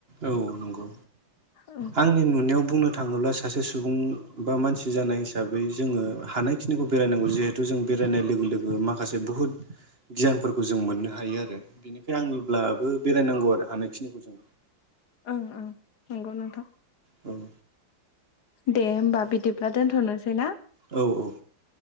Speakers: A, on the right; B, on the left.
A: औ नंगौ
B: ओं
A: आंनि नुन नियाव बुंनो थाङोब्ला सासे सुबुं बा मानसि जानाय हिसाबै जोङो हानायखिनिखौ बेरायनांगौ जिहेथु जों बेरायनाय लोगो लोगो माखासे बुहुद गियानफोरखौ जों मोननो हायो आरो बिनिखाय आंनिब्लाबो बेरायनांगौ आरो हानायखिनिखौ जों
B: ओं ओं नंगौ नोंथां।
A: औ
B: दे होमबाब बिदिब्ला दोन्थ'नोसै ना?
A: औ औ